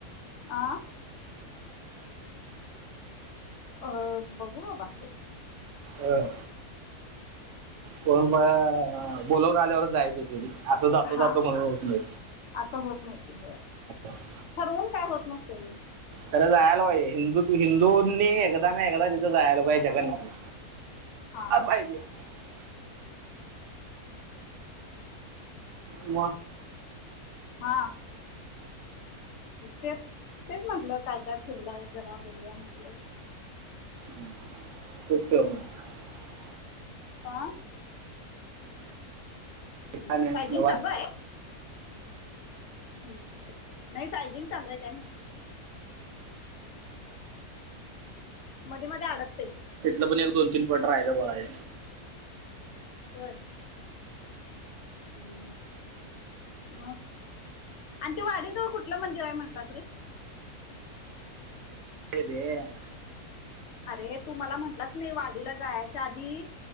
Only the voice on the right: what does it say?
अं. कोण प बोलावर आल्यावर जायच होते. असं जातो
जातो म्हणून होत नाही
<unintelligible>
तरर जायला पाईे हिंदू हिंदूंनी एकदा ना एकदा. ला जगन्नाथला
असहिती <unintelligible> म.
हम् तच <unintelligible>
काय नाही
निवांत.
इथलं पण एक दोन तीन पॉट राहिला बघ आहे.
दे <unintelligible>